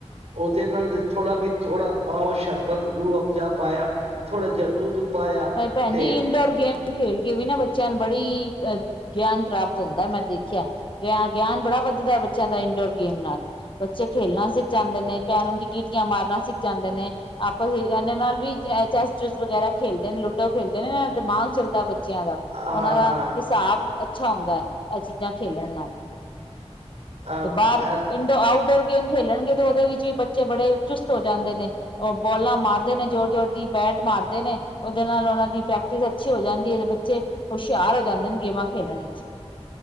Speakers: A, on the right; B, on the left.
A: ਉਦੇ ਨਾਲ ਥੋੜਾਂ ਵੀ ਥੋੜਾਂ ਪਾਓ ਸ਼ਰਬਤ ਰੂਹ ਅਬਜਾ ਪਾਆ, ਥੋੜਾਂ ਜੇਆ ਦੁੱਧ ਪਾਇਆ
B: ਪਰ ਭੈਣਜੀ
A: ਤੇ
B: ਇੰਨਡੋਰ ਗੇਮ ਖੇਲ ਕੇ ਵੀ ਨਾ ਬੱਚਿਆਂ ਨੂੰ ਬੜੀ ਅਹ ਗਿਆਨ ਪ੍ਰਾਪਤ ਹੁੰਦੈ ਮੈਂ ਦੇਖਿਆ। ਗਿਆ ਗਿਆਨ ਬੜਾਂ ਵੱਧਦਾ ਬੱਚਿਆਂ ਦਾ ਇੰਡੋਰ ਗੇਮ ਨਾਲ। ਬੱਚੇ ਖੇਲਨਾ ਸਿਖ ਜਾਂਦੇ ਨੇਂ, ਕੈਰਮ ਦੀ ਗੀਟੀਆਂ ਮਾਰਨਾਂ ਸਿਖ ਜਾਂਦੇਂ ਨੇਂ। ਆਪਸ ਵਿੱਚ ਏਂਨਾ ਦੇ ਨਾਲ ਵੀ ਚੈਸ ਚੂਸ ਵਗ਼ੈਰਾ ਖੇਲ ਜੇੜੇ ਲੂਡੋ ਖੇਲਦੇ ਨੇ, ਦਿਮਾਗ ਚੱਲਦਾ ਬੱਚਿਆਂ ਦਾ।
A: ਹਾਂ
B: ਉਨਾਂ ਦਾ
A: ਹਾਂ
B: ਹਿਸ ਹਿਸਾਬ ਅੱਛਾ ਹੁੰਦੈ, ਐ ਚੀਜ਼ਾਂ ਖੇਲਣ ਨਾਲ।
A: ਅਹ
B: ਤੇ ਬਾਰ ਇੰਡੋ ਆਊਟਡੋਰ ਗੇਮ ਖੇਲਣਗੇ ਤੇ ਓਦੇ ਵਿੱਚ ਵੀ ਬੱਚੇ ਬੜੇ ਚੁਸਤ ਹੋ ਜਾਂਦੇ ਨੇ। ਔ ਬੋਲਾਂ ਮਾਰਦੇ ਨੇ ਜ਼ੋਰ-ਜੋੋਰ ਦੀ, ਬੈਟ ਮਾਰਦੇ ਨੇ ਓਦੇ ਨਾਲ ਉਹਨਾਂ ਦੀ ਪ੍ਰੈਕਟਿਸ ਅੱਛੀ ਹੋ ਜਾਂਦੀ ਏ ਤੇ ਬੱਚੇ ਹੁਸ਼ਿਆਰ ਹੋ ਜਾਂਦੇ ਨੇ, ਗੇਮਾਂ ਖੇਡਣ ਇੱਚ।